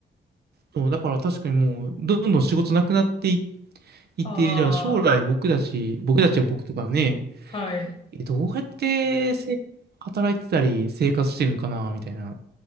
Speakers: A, on the right; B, on the left.
A: そう、だから確かにもう、どんどん仕事なくなっていいって、
B: ああ。
A: じゃあ将来僕たち、僕たちは僕とかね、
B: はい。
A: えどうやってせ働いてたり生活してるのかな、みたいな。